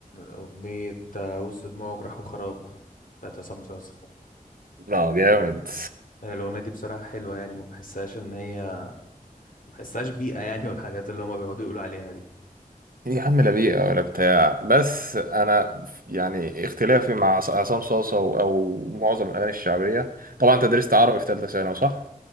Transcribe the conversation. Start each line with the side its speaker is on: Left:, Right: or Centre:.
Left: أغنية آه، وسط دموع وجراح وخراب بتاعت عصام صاصا
Right: لا جامد
Left: الأغنية دي بصراحة حلوة يعني ما بحسهاش إن هي ما بحسهاش بيئة يعني والحاجات اللي هما بيقعدوا يقولوا عليها دي
Right: يا عم لا بيئة ولا بتاع بس أنا يعني اختلافي مع عص- عصام صاصة أو أو معظم الأغاني الشعبية طبعا أنت درست عربي في تالتة ثانوي صح؟